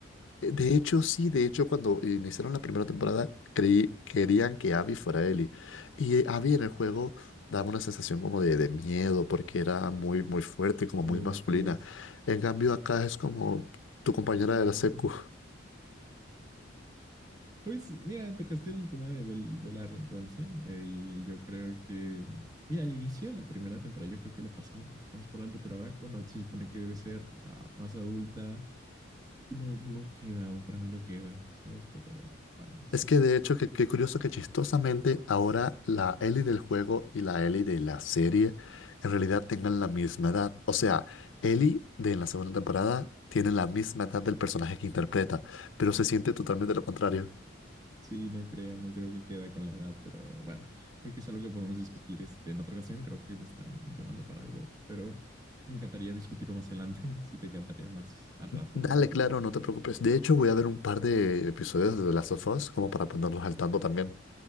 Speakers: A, on the left; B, on the right.
A: De hecho, sí, de hecho, cuando iniciaron la primera temporada, creí, querían que Abby fuera Ellie. Y eh, Abby en el juego daba una sensación como de, de miedo, porque era muy, muy fuerte, como
B: muy
A: muy masculina.
B: musculoso.
A: En cambio, acá es como tu compañera
B: Ah,
A: de la secu.
B: pues mira, tocaste el tema de Bel- Bella Ramsey eh, y yo creo que, mira, al inicio de la primera temporada yo creo que lo pasaba un poquito más por alto, pero ahora cuando se supone que debe ser ah, más adulta, Y no, no queda, para mí no queda, ¿sabes? Pero bueno, no sé.
A: Es que de hecho, que- qué curioso que chistosamente ahora la Ellie del juego y la Ellie de la serie en realidad tengan la misma edad. O sea, Ellie de la segunda temporada tiene la misma edad del personaje que interpreta, pero se siente totalmente lo contrario.
B: Sí, no creo, no creo que queda con la edad, pero bueno, creo que es algo que podemos discutir este, en otra ocasión. Creo que me están llamando para algo, pero me encantaría discutirlo más adelante. <laughs> Si te encantaría más al rato,
A: Dale,
B: tal vez
A: claro,
B: luego.
A: no te preocupes. De hecho, voy a ver un par de episodios de The Last of Us como para ponernos al tanto también.